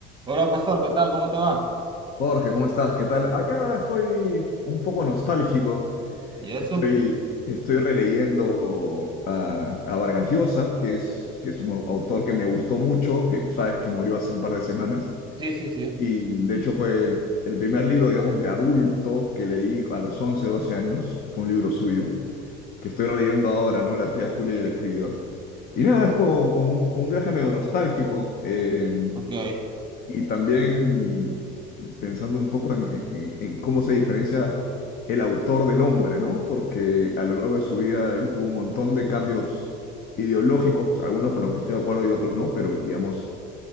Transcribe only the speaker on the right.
Hola, pastor, ¿qué tal? ¿Cómo te va?
¿Y eso?
Sí, sí, sí.
Ok.